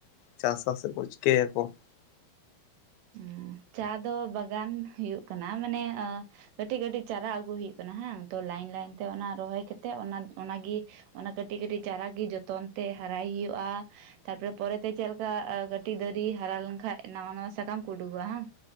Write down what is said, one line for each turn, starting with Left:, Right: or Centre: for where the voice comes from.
Left: ᱪᱟᱥᱟ ᱥᱮᱠᱚ ᱪᱤᱠᱟᱹᱭᱟᱠᱚ ᱾
Right: ᱩᱢᱢ ᱪᱟ ᱫᱚ ᱵᱟᱜᱟᱱ ᱦᱩᱭᱩᱜ ᱠᱟᱱᱟ ᱢᱟᱱᱮ ᱟᱹ ᱠᱟᱹᱴᱤᱡ ᱠᱟᱹᱴᱤᱡ ᱪᱟᱨᱟ ᱟᱹᱜᱩ ᱦᱩᱭᱩᱜ ᱠᱟᱱᱟ ᱦᱟᱝ ᱛᱚ ᱞᱟᱭᱤᱱ ᱞᱟᱭᱤᱱ ᱛᱮ ᱚᱱᱟ ᱨᱚᱦᱚᱭ ᱠᱟᱛᱮᱜ ᱚᱱᱟ ᱚᱱᱟᱜᱤ ᱚᱱᱟ ᱠᱟᱹᱴᱤᱡ ᱠᱟᱹᱴᱤᱡ ᱪᱟᱨᱟ ᱜᱤ ᱡᱚᱛᱚᱱ ᱛᱮ ᱦᱟᱨᱟᱭ ᱦᱩᱭᱩᱜ-ᱟ ᱾ ᱛᱟᱨᱯᱚᱨᱮ ᱯᱚᱨᱮᱛᱮ ᱪᱮᱫ ᱞᱮᱠᱟ ᱠᱟᱹᱴᱤᱡ ᱫᱟᱨᱤ ᱦᱟᱨᱟ ᱞᱮᱱᱠᱷᱟᱡ ᱱᱟᱣᱟ ᱱᱟᱣᱟ ᱥᱟᱠ ᱥᱟᱠᱟᱢ ᱠᱚ ᱩᱰᱩᱠᱚᱜ-ᱟ ᱦᱟᱝ